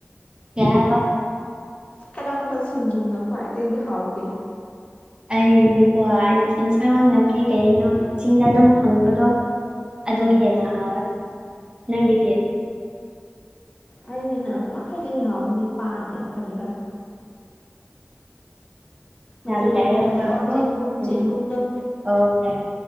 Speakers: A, on the right; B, on the left.
A: ꯀꯩ ꯍꯥꯏꯕ
B: ꯀꯔꯝꯕ ꯁꯤꯡꯖꯨꯅ ꯈ꯭ꯋꯥꯏꯗꯒꯤ ꯍꯥꯎꯒꯦ
A: ꯑꯩꯒꯤꯗꯤꯀꯣ ꯏꯟ ꯏꯟꯁꯥꯡ ꯅꯥꯄꯤ ꯀꯩꯅꯣ ꯆꯤꯡꯗ ꯑꯗꯨꯝ ꯐꯪꯕꯗꯣ ꯑꯗꯣ
B: ꯑꯥ
A: ꯍꯦꯟꯅ ꯍꯥꯎꯋꯦ ꯅꯪꯒꯤꯗꯤ
B: ꯑꯩꯅ ꯈ꯭ꯋꯥꯏꯗꯒꯤ ꯍꯥꯎꯕꯗꯤ ꯄꯥꯟꯅꯦ ꯀꯔꯤꯔꯥ ꯃꯩꯇꯩꯂꯣꯟꯗ
A: ꯎꯝ ꯌꯥꯝ <unintelligible>
B: ꯍꯥꯏꯕ ꯑꯣ ꯆꯦꯡꯒꯨꯝ
A: ꯎꯝ
B: ꯆꯦꯡꯒꯨꯝꯗꯣ
A: ꯑꯣꯀꯦ